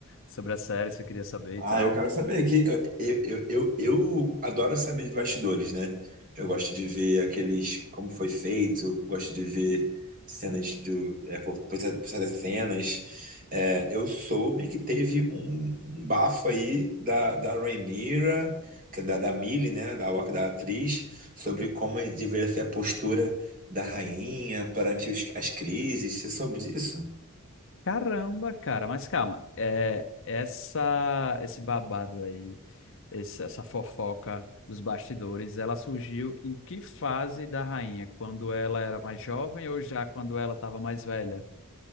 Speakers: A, on the left; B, on the right.
A: sobre a série, se você queria saber
B: Ah,
A: e tal.
B: eu quero saber que eh, eu, eu, eu, eu adoro saber de bastidores, né? Eu gosto de ver aqueles como foi feito, gosto de ver cenas do é, por, por das cenas. É, eu soube que teve um, um bafo aí da, da Rhaenyra, que é da, da Millie, né? Da Loki, da atriz, sobre como deveria ser a postura da rainha perante os- as crises. Você soube disso?
A: Caramba, cara, mas calma. É, essa, esse babado aí, esse- essa fofoca dos bastidores, ela surgiu em que fase da rainha? Quando ela era mais jovem ou já quando ela estava mais velha?